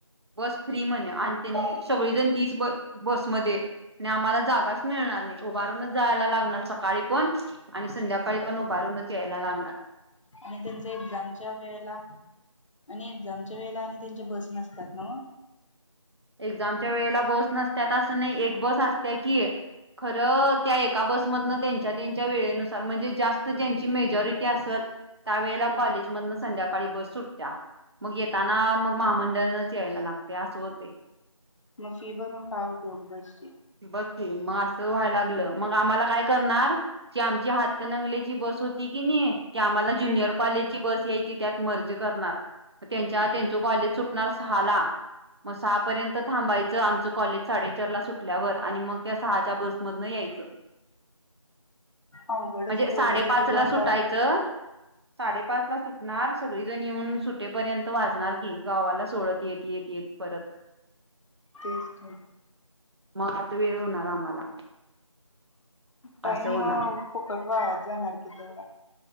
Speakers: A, on the right; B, on the left.
A: बस फ्री म्हण आणि त्यांनी सगळीजण तीच बस बसमध्ये आणि आम्हाला जागाच मिळणार नाही उभारूनच जायला लागणार सकाळी पण आणि संध्याकाळी पण उभारून नच यायला लागनार.
B: आणि त्यांचे एक्झामच्या वेळेला आणि एक्झामच्या वेळेला आणि त्यांच्या बस नसतात न्हव
A: एक्झामच्या वेळेला बस नसत्यात असं नाही एक बस असतीया की खरं त्या एका बसमधन त्यांच्या त्यांच्या वेळेनुसार म्हणजे जास्त ज्यांची मेजॉरिटी असल त्या वेळेला
B: मग
A: कॉलेजमधनं संध्याकाळ काळी बस सुटत्या मग येताना मग महामंडळनच यायला लागतय असं होतय.
B: म फि भरून काय उपयोग बसची
A: बग की मग असं व्हायला लागलं मग आम्हाला काय करणार की आमची हात कनंगलेची बस होती की नाही ती आम्हाला ज्युनियर
B: हम्म
A: कॉलेजची बस यायची त्यात मर्ज करणार. त्यांच्या
B: हम्म
A: त्यांच कॉलेज सुटणार सहाला म स पर्यंत थांबायचं आमचं कॉलेज साडेचार ला सुटल्यावर आणि मग त्या सहाच्या बसमधन यायचं.
B: अवघडच
A: म्हणजे
B: की एवढं
A: साडेपाचला
B: दीड दोन
A: सुटायचं.
B: तास
A: साडेपाचला सुटणार सगळीजण येऊन सुटेपर्यंत वाजणार की गावाला सोडत एक एक एक परत
B: तेच की
A: मग आता वेळ होणार आम्हाला
B: टाइम
A: असं होणार
B: फुकट वाया जाणार की तेवढा